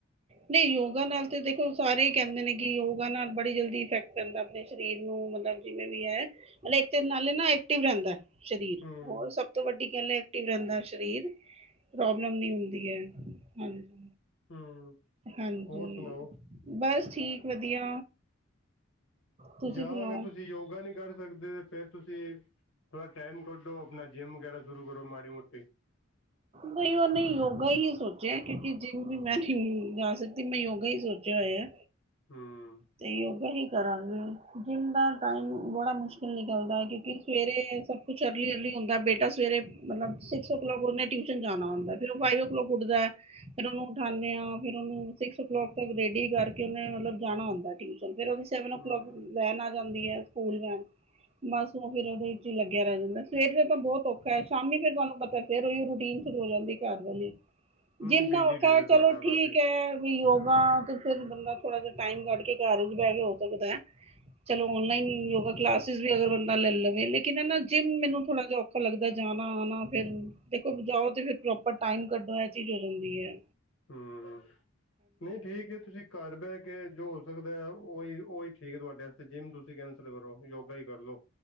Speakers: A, on the right; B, on the left.
A: ਨਈ ਯੋਗਾ ਨਾਲ ਤੇ ਦੇਖੋ ਸਾਰੇ ਈ ਕੈਂਦੇ ਨੇ ਕਿ ਯੋਗਾ ਨਾਲ ਬੜੀ ਜਲਦੀ ਇਫੈਕਟ ਪੈਂਦਾ ਆਪਣੇ ਸਰੀਰ ਨੂੰ ਮਲਬ ਜਿਵੇਂ ਵੀ ਐ ਮਤਲਬ ਨਾਲੇ ਨਾ ਐਕਟਿਵ ਰੈਂਦਾ। ਸਰੀਰ
B: ਹੂੰ
A: ਹੋਰ ਸਭ ਤੋਂ ਵੱਡੀ ਗੱਲ ਐਕਟਿਵ ਰੈਂਦਾ ਸਰੀਰ ਪ੍ਰੋਬਲਮ ਨਈ ਹੁੰਦੀ। ਵਧੀਆ ਹਾਂਜੀ।
B: ਹੂੰ
A: ਹਾਂਜੀ
B: ਹੋਰ ਸੁਣਾਓ
A: ਬਸ ਠੀਕ ਵਧੀਆ ਤੁਸੀਂ
B: ਜਾਂ
A: ਸੁਣਾਓ
B: ਅਗਰ ਤੁਸੀਂ ਯੋਗਾ ਨਈ ਕਰ ਸਕਦੇ ਫਿਰ ਤੁਸੀਂ ਥੋੜ੍ਹਾ ਟਾਈਮ ਕੱ ਢੋ ਆਪਣਾ ਜਿੰਮ ਵਗੈਰਾ ਸ਼ੁਰੂ ਕਰੋ ਮਾੜੀ ਮੋਟੀ
A: ਨਈ ਉਨੇ ਯੋਗਾ ਈ ਸੋਚਿਆ ਕਿਉਂਕਿ ਜਿਨ ਵੀ ਮੈਂ ਮ ਜਾ ਸਕਦੀ ਮੈਂ ਯੋਗਾ ਈ ਸੋਚਿਆ ਹੋਇਆ
B: ਹੂੰ
A: ਤੇ ਯੋਗਾ ਹੀ ਕਰਾਂਗੀ ਜਿੰਮ ਦਾ ਟਾਈਮ ਬੜਾ ਮੁਸ਼ਕਿਲ ਨਿਕਲਦਾ ਕਿਉਂਕਿ ਸਵੇਰੇ ਸਭ ਕੁਛ ਅਰਲੀ ਅਰਲੀ ਹੁੰਦਾ ਬੇਟਾ ਸਵੇਰੇ ਮਤਲਬ ਸੀਕਸ ਕਲੋਕ ਉਨੇ ਟਵੀਸ਼ਨ ਜਾਣਾ ਹੁੰਦਾ ਫਿਰ ਓ ਫਾਈਵ ਓ ਕਲੋਕ ਉੱਠਦਾ। ਫੇਰ ਉਨੂੰ ਉਠਾਂਨੇ ਆ ਫੇਰ ਉਨੂੰ ਸਿਕਸ ਓ ਕਲੋਕ ਤੱਕ ਰੇਡੀ ਕਰਕੇ ਉਨੇ ਮਤਲਬ ਜਾਣਾ ਹੁੰਦਾ ਟਿਊਸ਼ਨ ਫਿਰ ਓ ਸੈਵਨ ਓ
B: ਹੂੰ
A: ਕਲੋਕ ਵੈਨ ਆ ਜਾਂਦੀ ਐ। ਸਕੂਲ ਜਾਣ ਬਸ ਓ ਫੇਰ ਉਦੇ 'ਚ ਈ ਲੱਗਿਆ ਰੈ ਜਾਂਦਾ ਸਵੇਰ ਦਾ ਤਾਂ ਬੋਤ ਭੁੱਖ ਹੈ ਸ਼ਾਮੀ ਫਿਰ ਤੁਹਾਨੂੰ ਪਤਾ ਫਿਰ ਉਈ ਰੂਟੀਨ ਸ਼ੁਰੂ ਹੋ ਜਾਂਦੀ। ਘਰ ਵਾਲੇ
B: ਹੂੰ
A: ਜਿਮ
B: ਬਿਜੀ
A: ਨਾਲ ਔਖਾ
B: ਡੇ ਤੁਹਾਡਾ
A: ਚਲੋ ਠੀਕ
B: ਕਾਫੀ
A: ਐ। ਵੀ ਯੋਗਾ ਤੇ ਫਿਰ ਬੰਦਾ ਥੋੜਾ ਜਿਹਾ ਟਾਇਮ ਕੱਢ ਕੇ ਘਰ 'ਚ ਬੈ ਕੇ ਹੋ ਸਕਦਾ ਐ। ਚਲੋ ਔਨਲਾਈਨ ਯੋਗਾ ਕਲਾਸਿਸ ਵੀ ਅਗਰ ਬੰਦਾ ਲੱਲ ਲਵੇ ਲੇਕਿਨ ਨਾ ਜਿੰਮ ਮੈਨੂੰ ਥੋੜਾ ਜਿਹਾ ਔ ਔਖਾ ਲੱਗਦਾ ਜਾਣ ਆਣਾ ਫਿਰ ਦੇਖੋ ਜਾਓ ਤੇ ਫਿਰ ਪ੍ਰੋਪਰ ਟਾਈਮ ਕੱਢੋ ਐ ਚੀਜ਼ ਹੋ ਜਾਂਦੀ ਐ।
B: ਹੂੰ ਨਈ ਠੀਕ ਏ ਤੁਸੀਂ ਘਰ ਬੈ ਕੇ ਜੋ ਹੋ ਸਕਦਾ ਉਹੀ-ਉਹੀ ਠੀ ਠੀਕ ਹੈ ਤੁਹਾਡੇ ਅਸਤੇ ਜਿੰਮ ਤੁਸੀਂ ਕੈਂਸਲ ਕਰੋ ਯੋਗਾ ਈ ਕਰਲੋ।